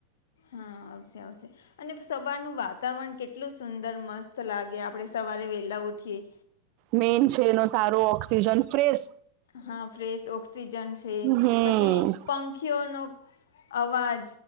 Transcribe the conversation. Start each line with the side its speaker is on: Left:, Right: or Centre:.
Left: હા આવશે આવશે અને સવારનું વાતાવરણ કેટલું સુંદર મસ્ત સ લાગે આપણે સવારે વહેલાં ઉઠીએ.
Right: મેઇન છે એનો સારો ઓક્સિજન ફ્રેશ
Left: હા ફ્રેશ ઓક્સિજન છે
Right: હમ
Left: પછી પંખીઓનો અવાજ